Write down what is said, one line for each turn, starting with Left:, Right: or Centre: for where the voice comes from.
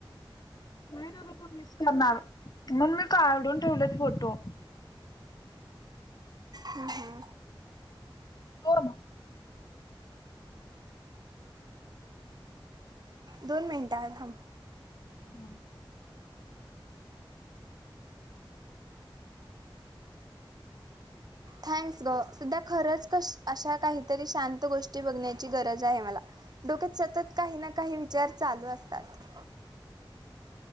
Left: नाही जर तू मिस करणार मणून मी काढून ठेवलेत फोटो.
Right: हम्म हम्म.
Left: बो ना.
Right: दोन मिनटां हाय थांब.
Left: हम
Right: थँक्स ग सध्या खरच क अशा काहीतरी शांत गोष्टी बघण्याची गरज आहे मला डोक्यात सतत काही ना काही विचार चालू असतात